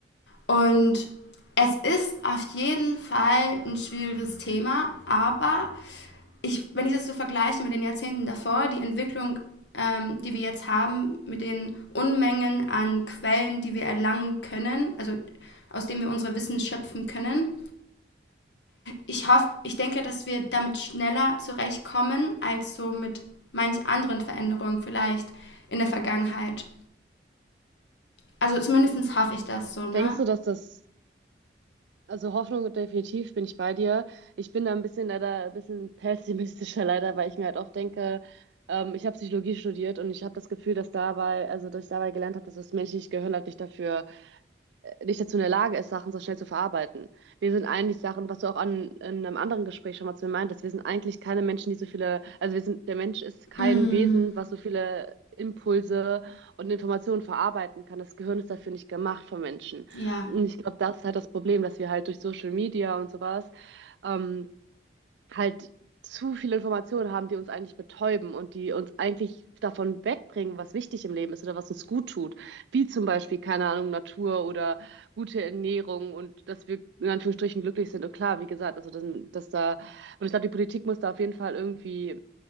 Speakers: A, on the left; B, on the right.
A: Und es ist auf jeden Fall ein schwieriges Thema, aber ich, wenn ich das so vergleiche mit den Jahrzehnten davor, die Entwicklung, ähm, die wir jetzt haben, mit den Unmengen an Quellen, die wir erlangen können, also aus denen wir unser Wissen schöpfen können, ich hoffe, ich denke, dass wir damit schneller zurechtkommen als so mit manch anderen Veränderungen vielleicht in der Vergangenheit. Also zumindest hoffe ich das so, ne?
B: Denkst du, dass das Also Hoffnung definitiv bin ich bei dir. Ich bin da ein bisschen leider ein bisschen pessimistischer leider, weil ich mir halt oft denke, ähm, ich habe Psychologie studiert und ich habe das Gefühl, dass dabei, also dass ich dabei gelernt habe, dass das menschliche Gehirn halt nicht dafür nicht dazu in der Lage ist, Sachen so schnell zu verarbeiten. Wir sind eigentlich Sachen, was du auch an, in einem anderen Gespräch schon mal zu mir meintest, wir sind eigentlich keine Menschen, die so viele, also wir sind, der Mensch ist kein
A: Mm,
B: Wesen, was so viele Impulse und Informationen verarbeiten kann. Das Gehirn ist dafür nicht gemacht von Menschen.
A: ja.
B: Und ich glaube, das ist halt das Problem, dass wir halt durch Social Media und sowas ähm, halt zu viele Informationen haben, die uns eigentlich betäuben und die uns eigentlich davon wegbringen, was wichtig im Leben ist oder was uns gut tut. Wie zum Beispiel, keine Ahnung, Natur oder gute Ernährung und dass wir in Anführungsstrichen glücklich sind. Und klar, wie gesagt, also dass, dass da, und ich glaube, die Politik muss da auf jeden Fall irgendwie